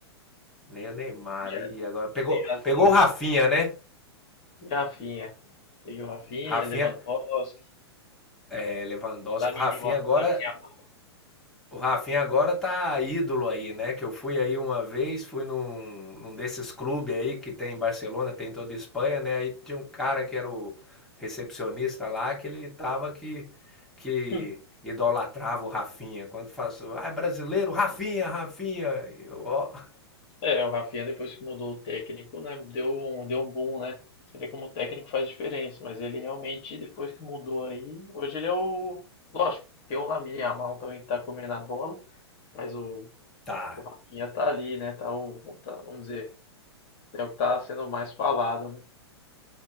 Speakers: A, in the centre; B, on the left.
A: Nem o Neymar
B: Já,
A: aí agora pegou,
B: tem razão.
A: pegou o Rafinha, né?
B: E Rafinha. Peguei o Rafinha,
A: Rafinha,
B: Lewandowski,
A: é, Lewandowski,
B: Lamine
A: Rafinha
B: Yamal.
A: agora
B: Lamine Yamal.
A: O Rafinha agora tá ídolo aí, né? Que eu fui aí uma vez, fui num, num desses clubes aí que tem em Barcelona, tem em toda a Espanha, né? Aí tinha um cara que era o recepcionista lá, que ele tava que, que
B: Hum.
A: idolatrava o Rafinha. Quando faço, ah, é brasileiro, Rafinha, Rafinha. Eu, ó,
B: É, o Rafinha depois que mudou o técnico, né, deu um, deu um boom, né? Você vê como o técnico faz diferença, mas ele realmente, depois que mudou aí, hoje ele é o... Lógico, tem o Lamine Yamal também que tá comendo a bola, mas o,
A: tá.
B: o Rafinha tá ali, né? Tá o, tá, vamos dizer, é o que tá sendo mais falado, né?